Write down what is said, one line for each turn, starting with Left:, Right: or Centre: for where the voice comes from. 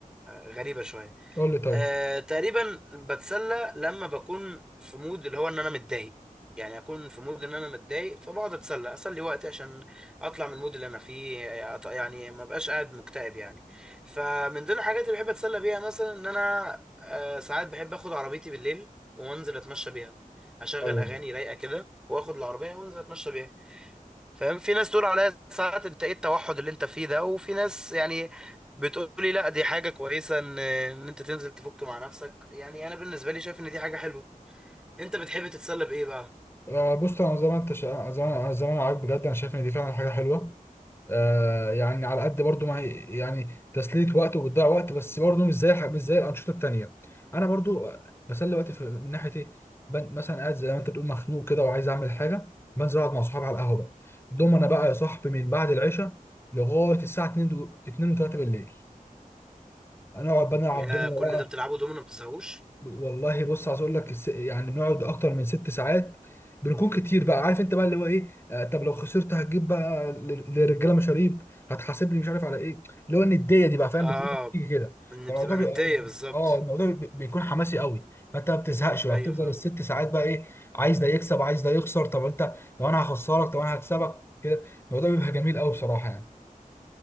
Centre: غريبه شويه
Left: قول لي طيب
Centre: آه تقريبا بتسلى لما بكون في مود اللي هو ان انا متضايق يعني اكون في مود ان انا متضايق فبقعد اتسلى اسلي وقتي عشان اطلع من المود اللي انا فيه آه، أط- يعني ما بقاش قاعد مكتئب يعني فمن ضمن الحاجات اللي بحب اتسلى بيها مثلا ان انا آه ساعات بحب اخد عربيتي بالليل وانزل اتمشى بيها اشغل
Left: ايوه
Centre: اغاني رايقه كده واخد العربيه وانزل اتمشى بيها فاهم في ناس تقول عليها ساعات انت ايه التوحد اللي انت فيه ده وفي ناس يعني بتقولي لا دي حاجة كويسة ان ان انت تنزل تفك مع نفسك يعني انا بالنسبة لي شايف ان دي حاجة حلوة انت بتحب تتسلى بايه بقى
Left: آه، بص انا زي ما انت شا... زي ما زي ما انا عاجب بجد انا شايف ان دي فعلا حاجه حلوه آه يعني على قد برضو ما هي يعني تسلية وقت وبتضيع وقت بس برضو مش زي ح- مش زي الأنشطة التانية أنا برضو بسلي وقتي في من ناحية إيه بن- مثلا قاعد زي ما أنت بتقول مخنوق كده وعايز أعمل حاجة بنزل أقعد مع صحابي على القهوة بقى دوم أنا بقى يا صاحبي من بعد العشاء لغاية الساعة 2 و 2 و3 بالليل هنقعد بقى نلعب
Centre: يا
Left: دومينو
Centre: كل ده بتلعبه دومينو ما بتزهقوش
Left: والله بص عايز اقول لك الس- يعني بنقعد اكتر من ست ساعات بنكون كتير بقى عارف انت بقى اللي هو ايه آه طب لو خسرت هتجيب بقى لل- للرجاله مشاريب هتحاسب لي مش عارف على ايه اللي هو النديه دي بقى فاهم
Centre: اه
Left: بتيجي بتيجي كده
Centre: ان
Left: فالموضوع
Centre: بتبقى ندية
Left: بيبقى-
Centre: بالظبط
Left: اه الموضوع بي- بيكون حماسي قوي فانت ما بتزهقش بقى
Centre: ايوه
Left: بتفضل
Centre: فاهم
Left: الست ساعات بقى ايه عايز ده يكسب عايز ده يخسر طب انت لو انا هخسرك طب انا هكسبك كده الموضوع بيبقى جميل قوي بصراحه يعني